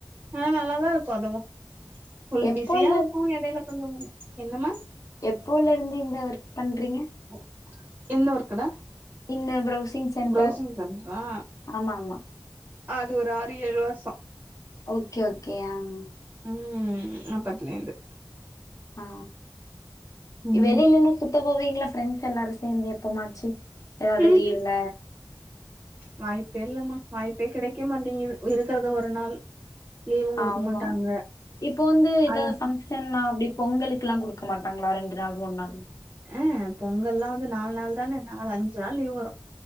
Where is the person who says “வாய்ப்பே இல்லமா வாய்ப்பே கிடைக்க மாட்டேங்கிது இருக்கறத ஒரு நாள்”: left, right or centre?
Right